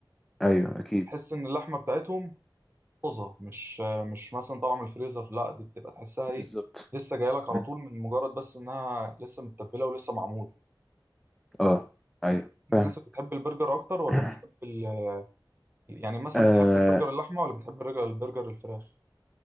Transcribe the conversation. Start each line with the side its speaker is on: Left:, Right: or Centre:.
Centre: ايوه اكيد
Right: تحس ان اللحمه بتاعتهم طازه مش آه، مش مثلا طالعه من الفريزر لا دي بتبقى تحسها ايه
Centre: بالظبط
Right: لسه جايه لك على
Centre: مم.
Right: طول من مجرد بس انها لسه متبله ولسه معموله
Centre: اه ايوه
Right: الناس
Centre: فاهم
Right: اللي بتحب البرجر اكتر ولا
Centre: <clears throat>
Right: بتحب ال... يعني مثلا
Centre: آه
Right: بتحب البرجر اللحمه ولا بتحب الرج- البرجر الفراخ